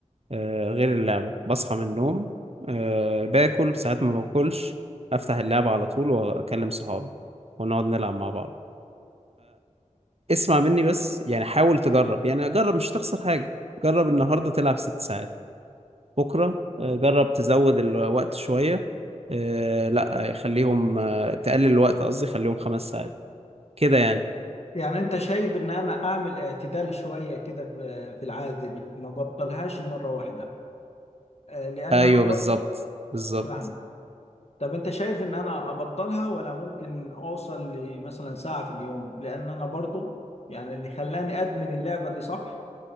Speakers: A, on the right; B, on the left.
A: آه، غير اللعبه بصحى من النوم آه، باكل ساعات ما باكلش افتح اللعبه على طول واكلم صحابي ونقعد نلعب مع بعض اسمع مني بس يعني حاول تجرب يعني جرب مش هتخسر حاجه جرب النهارده تلعب ست ساعات بكره آه، جرب تزود الوقت شويه آه، لا خليهم آه، تقلل الوقت قصدي خليهم خمس ساعات كده يعني
B: يعني انت شايف ان انا اعمل اعتدال شويه كده في في العاده دي ما بطلهاش مره واحده آه، لان
A: ايوه
B: انا
A: بالظبط
B: برضه
A: بالظبط
B: فاهمك طب انت شايف ان انا ابطلها ولا ممكن اوصل لمثلا ساعه في اليوم لان انا برضه يعني اللي خلاني ادمن اللعبه دي صح